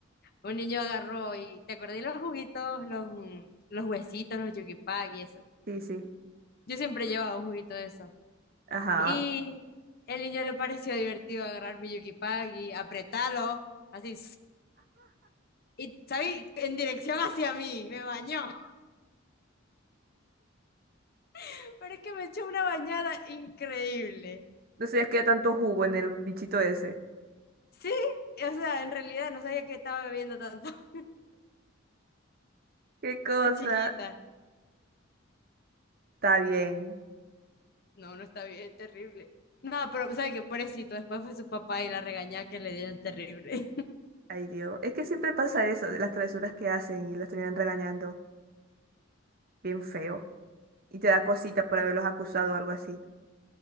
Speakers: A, on the left; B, on the right.
A: un niño agarró y te acordé los juguitos, los, mm, los huesitos, los yugipag y eso.
B: Sí, sí.
A: Yo siempre llevaba un juguito de esos
B: Ajá.
A: Y el niño le pareció divertido agarrar mi Yukipag y apretarlo, así. Y, ¿sabes? En dirección hacia mí, me bañó. <laughs> Pero es que me echó una bañada increíble.
B: No sabía que había tanto jugo en el bichito ese.
A: Sí, o sea, en realidad no sabía que estaba bebiendo tanto <laughs>
B: Qué cosa.
A: por chiquita.
B: Está bien.
A: No, no está bien, es terrible. No, pero ¿sabes qué? Pobrecito, después fue su papá y la regañada que le dieron terrible. <laughs>
B: Ay, Dios. Es que siempre pasa eso, de las travesuras que hacen y los terminan regañando. Bien feo. Y te da cosita por haberlos acusado o algo así.